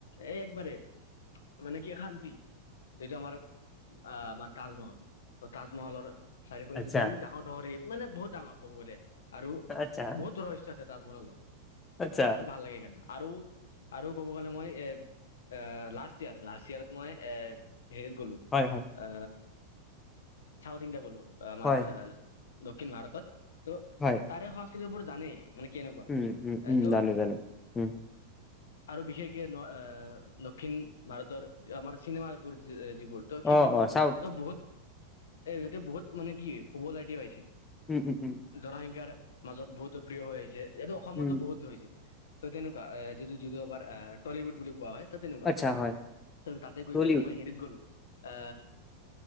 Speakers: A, on the left (about 60°); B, on the left (about 15°).
A: এই একবাৰে মানে কি এ শান্তি, যিটো আমাৰ আহ আমাৰ তাজমহল ত তাজমহলৰ চাৰিওফালে
B: আচ্ছা,
A: যিবোৰ এই ডাঙৰ ডাঙৰ এই মানে বহুত ডাঙৰ ক'ব গলে, আৰু
B: আচ্ছা,
A: বহুত দূৰৰ ইচ্ছা তাজমহলৰ
B: আচ্ছা,
A: ত ভাল লাগে সেইকাৰণে, আৰু আৰু ক'ব গ'লে মই এ এ লাষ্ট ইয়াৰ লাষ্ট ইয়াৰত মই এ হেৰিত গ'লো।
B: হয় হয়।
A: আ, চাউথ ইণ্ডিয়া গ'লো, আমাৰ
B: হয়,
A: এ দক্ষিণ ভাৰতত ত'
B: হয়।
A: তাৰে সংস্কৃতিবোৰ জানে, মানে কেনেকুৱা।
B: উম, উম, উম।
A: ত
B: জানে, জানে। উম।
A: আৰু বিশেষকে ন আ দক্ষিণ ভাৰতৰ আমাৰ চিনেমাবোৰ যিবোৰ ত'
B: অ',
A: সেইবোৰ
B: অ', চাউথ,
A: ত বহুত এ সিহঁতে বহুত মানে কি পপুলাৰিটি পাইছে।
B: উ, হু হু।
A: জনসংখ্যাৰ মাজত বহুতো প্ৰিয় হৈ আহিছে, ইয়াতো অসমতো
B: উম,
A: বহুত হৈছে। ত' তেনেকুৱা। এ যিটো যিটো আবাৰ আ টলিউড বুলি কোৱা হয়। ত' তেনেকুৱা।
B: আচ্ছা হয়,
A: তাতে গৈ
B: টলিউড
A: কেনে মই হেৰিত গ'লো আ,